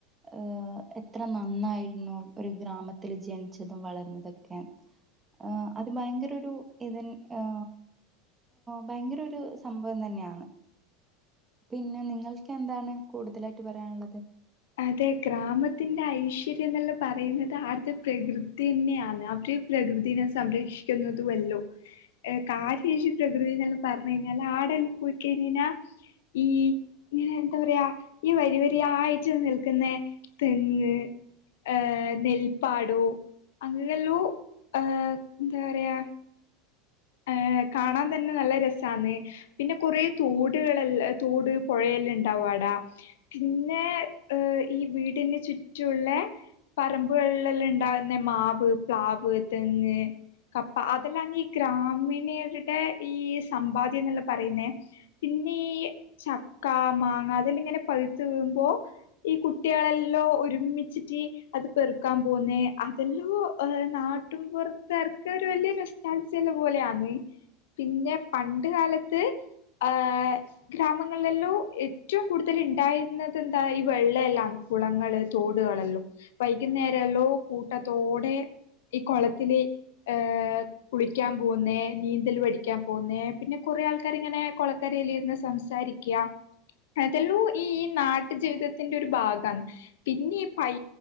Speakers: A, on the right; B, on the left.
A: ഹ് എത്ര നന്നായിരുന്നു ഒരു ഗ്രാമത്തില് ജനിച്ചതും വളർന്നതക്കെ ആ അത് ഭയങ്കര ഒരു ഇതൻ ഹ് ഭയങ്കര ഒരു സംഭവം തന്നെയാണ്. പിന്നെ നിങ്ങൾക്കെന്താണ് കൂടുതലായിട്ട് പറയാന്ള്ളത്.
B: അതെ ഗ്രാമത്തിന്റെ ഐശ്വര്യംന്നല്ല പറയുന്നത് ആടുത്തെ പ്രകൃതിന്നെയാണ് അവര് പ്രകൃതിനെ സംരക്ഷിക്കുന്നതുവല്ലോ. ഏ കാര്യേശ് പ്രകൃതിന്നെല്ലാം പറഞ്ഞ് കഴിഞ്ഞാല് ആടെല്ലാം പോയി കഴിഞ്ഞിഞ്ഞ ഈ ഇങ്ങനെ എന്താ പറയാ ഈ വരി വരി ആയി ച്ചും നിൽക്കുന്നെ തെങ്ങ് ഏഹ് നെൽപ്പാടു അങ്ങനല്ലോ ഹ എന്താറയാ ഏ കാണാൻ തന്നെ നല്ല രസാന്ന്. പിന്ന കൊറേ തോടുകളെ തോട് പുഴെല്ലാം ണ്ടാവും അടാ. പിന്നെ ഈ വീടിന് ചുറ്റുള്ളെ പറമ്പുകള്ലെല്ലണ്ടാവുന്ന മാവ്, പ്ലാവ്, തെങ്ങ് കപ്പ അതെല്ലാന്ന് ഈ ഗ്രാമീണരുടെ ഈ സമ്പാദ്യംന്നുള്ള പറയുന്നേ പിന്നെ ഈ ചക്ക, മാങ്ങ, അതെല്ലാം ഇങ്ങനെ പഴുത്ത് വീഴുമ്പോ ഈ കുട്ടികളെല്ലോ ഒരുമിച്ചിറ്റി അത് പെറുക്കാൻ പോവുന്നേ, അതെല്ലോ നാട്ടും പുറത്താർക്ക് ഒരു വലിയ നൊസ്റ്റാൾ ജിയ പോലെയാന്ന്. പിന്നെ പണ്ട് കാലത്ത് ഹ് ഗ്രാമങ്ങളിലെല്ലോ ഏറ്റോം കൂടുതലി ഇണ്ടായിരുന്നത് എന്താ ഈ വെള്ള എല്ലാന്ന്. കുളങ്ങള്, തോടുകളല്ലോ വൈകുന്നേരല്ലോ കൂട്ടത്തോടെ ഈ കൊളത്തില് ഹ് കുളിക്കാൻ പോകുന്നേ, നീന്തല് പടിക്കാൻ പോന്നേ, പിന്നെ കുറെ ആൾക്കാരിങ്ങനെ കൊളക്കരേലിരുന്ന് സംസാരി ക്ക്യ, ഇതല്ലൂ ഈ, ഈ നാട്ടു ജീവിതത്തിന്റെ ഒരു ഭാഗന്ന്. പിന്നെ ഈ പൈ